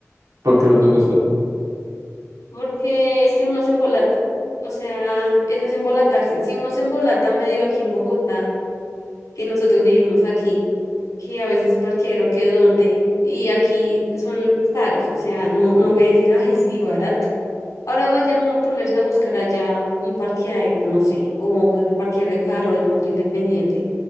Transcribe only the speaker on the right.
¿Por qué no te gusta?